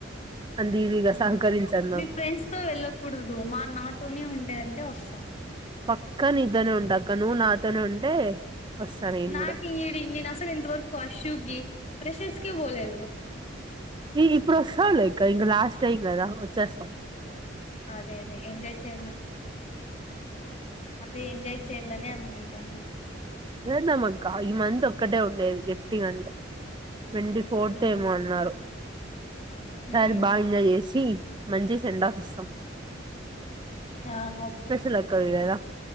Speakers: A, on the right; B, on the left.
A: అంత ఈజీగా
B: ఉమ్
A: సహకరించదు
B: మీ
A: నాకు
B: ఫ్రెండ్స్ తో వెళ్ళకూడదు మా నాతోనే ఉంటా అంటే వస్తా
A: పక్క నీతోనే ఉంట అక్క నువ్వు నాతోనే ఉంటే వస్తా నేను
B: నాకు
A: కూడా
B: ఇడి నేను అసలు ఇంతవరకు అష్యుకి ఫ్రెషర్స్ కే పోలేదు
A: ఈ ఇప్పుడు వస్తావు లే అక్క ఇంక లాస్ట్ టైం కదా వచ్చేస్తాం
B: అదే అదే ఎంజాయ్ చెయ అదే ఎంజాయ్ చేయల్లనే ఉంటాను
A: లేద్దామక్క ఈ మంత్ ఒక్కటే ఉండేది గట్టిగ అంటే ట్వంటీ ఫోర్త్
B: ఉమ్
A: ఏమో అన్నారు ఈసారి
B: ఉమ్
A: బాగా ఎంజాయ్ చేసి మంచి సెండ్ ఆఫ్ ఇస్తాం
B: ఆ ఓకే
A: స్పెషల్ ఆక్కవి కదా